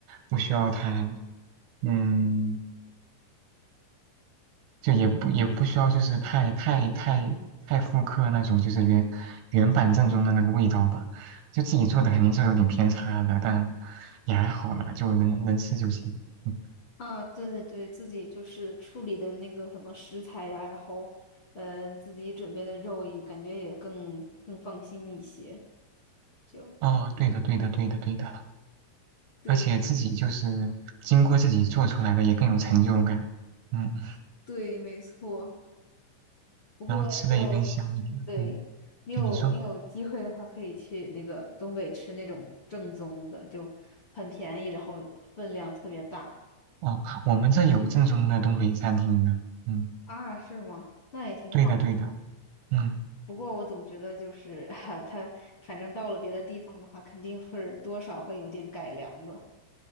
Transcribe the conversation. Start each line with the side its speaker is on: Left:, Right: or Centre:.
Right: 不需要太，嗯。就也不也不需要就是太太太太复刻那种就是原原版正宗的那个味道吧，就自己做的肯定是有点偏差的，但也还好啦，就能能吃就行。嗯
Left: 啊，对对对，自己就是处理的那个什么食材呀，然后呃自己准备的肉也感觉也更更放心一些，就
Right: 哦，对的对的对的对的，
Left: 对
Right: 而且自己就是经过自己做出来的也更有成就感，嗯，<laughs>
Left: 对，没错。不过就
Right: 然后吃的也更香一点，
Left: 对你有你有机会的话，
Right: 嗯，跟你说，
Left: 可以去那个东北吃那种正宗的，就很便宜，然后分量特别大
Right: 哦，我们这有正宗的东北餐厅的，嗯，
Left: 啊，是吗？那也挺好。
Right: 对的对的，嗯。
Left: 不过我总觉得就是 <laughs> 它，反正到了别的地方的话，肯定会多少会有点改良的。